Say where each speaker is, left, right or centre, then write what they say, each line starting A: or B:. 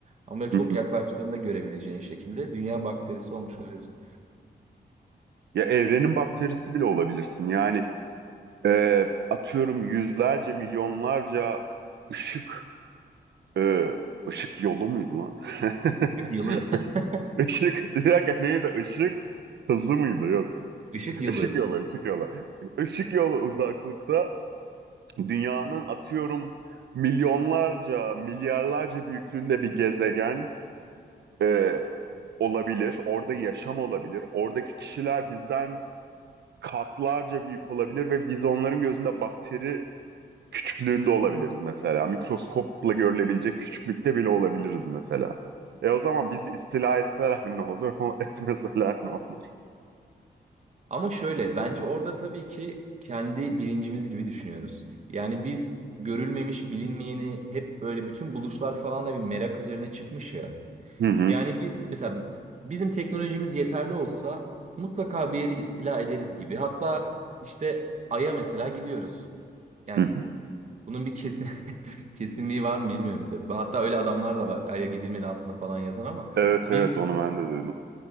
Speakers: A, on the right; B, on the right.
A: Ama çok
B: Hı hı.
A: yaklaştığında görebileceğin şekilde dünya bakterisi olmuş oluyorsun.
B: Ya evrenin bakterisi bile olabilirsin. Yani e, atıyorum yüzlerce milyonlarca ışık e, ışık yolu muydu lan? <laughs>
A: Işık yılı.
B: Işık,
A: <laughs>
B: ışık bir dakika neydi Işık hızı mıydı yok
A: Işık yılı.
B: ışık yolu ışık yolu Işık yolu uzaklıkta dünyanın atıyorum milyonlarca milyarlarca büyüklüğünde bir gezegen e, olabilir orada yaşam olabilir oradaki kişiler bizden katlarca büyük olabilir ve biz onların gözünde bakteri küçüklüğünde olabiliriz mesela. Mikroskopla görülebilecek küçüklükte bile olabiliriz mesela. E o zaman bizi istila etseler ne olur, <laughs> etmeseler ne olur?
A: Ama şöyle bence orada tabii ki kendi bilincimiz gibi düşünüyoruz. Yani biz görülmemiş, bilinmeyeni hep böyle bütün buluşlar falan da bir merak üzerine çıkmış ya.
B: Hı hı,
A: Yani biz mesela bizim teknolojimiz yeterli olsa mutlaka bir yeri istila ederiz gibi. Hatta işte Ay'a mesela gidiyoruz. Yani
B: hı hı.
A: bunun bir kesin <laughs> kesinliği var mı bilmiyorum tabii. Hatta öyle adamlar da var. Ay'a gidilmedi aslında falan yazan ama
B: Evet evet
A: bir.
B: onu ben de duydum.